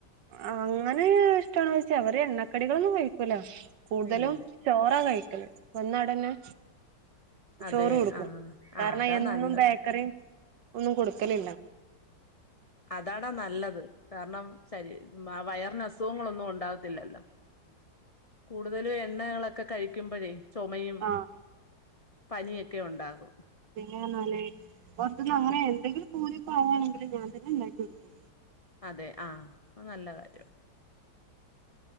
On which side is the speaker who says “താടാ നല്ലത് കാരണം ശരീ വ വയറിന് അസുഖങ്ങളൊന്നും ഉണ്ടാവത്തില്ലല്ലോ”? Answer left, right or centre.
Left